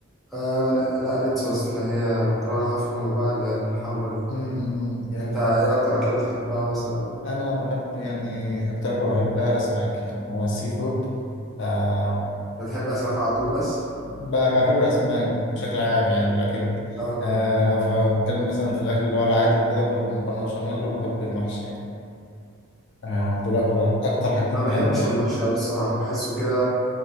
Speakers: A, in the centre; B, on the left.
A: أه لا ريد صوص اللي هي مكرونة لحمة مفرومة بقى اللي هي الحمرا دي
B: امم جامد
A: أنت إيه أكتر أكلة بتحبها مثلا أو
B: أنا بحب يعني أكتر حاجة بحبها الأسماك يعني هو السي فود آه
A: بتحب أسماك على طول بس؟
B: ب- بحب الأسماك بشكل عام يعني لكن
A: أه
B: آه لو هنتكلم مثلا في الأكل اللي هو العادي وكده بحب المكرونة بشاميل وبحب المحشي يعني آه دول أكتر أكتر حاجتين
A: أنا ما
B: بحبهم
A: بحبش المحشي أوي الصراحة بحسه كده